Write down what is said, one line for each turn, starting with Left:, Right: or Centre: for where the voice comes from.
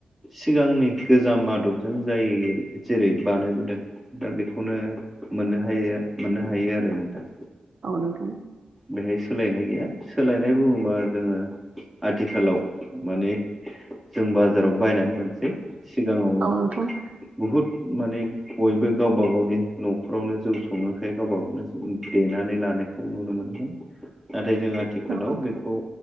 Centre: सिगांनि गोजाम आदबजों जायो जेरै बानायबोदों दा बेखौनो मोननो हायो मोननो हायो आरो नोंथां।
Right: अ नोंथां।
Centre: बेहाय सोलायनाय गैया। सोलायनाय बुङोबा जोङो आथिखालाव माने जों बाजाराव बायनानै मोनसै सिगाङाव
Right: औ नोंथां
Centre: बुहुद माने बयबो गावबा गावनि न'खरावनो जौ सङोखाय गावबा गावनो बुं देनानै लानायखौ नुनो मोनहै नाथाय जों आथि आथिखालाव
Right: औ नोंथां
Centre: बेखौ